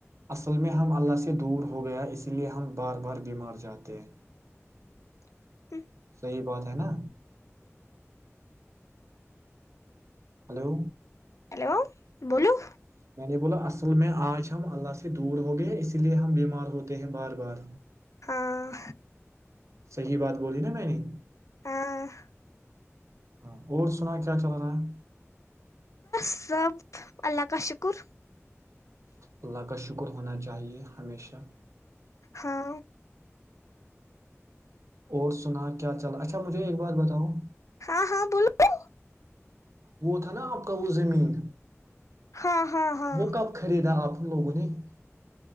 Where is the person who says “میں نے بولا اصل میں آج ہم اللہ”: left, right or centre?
Right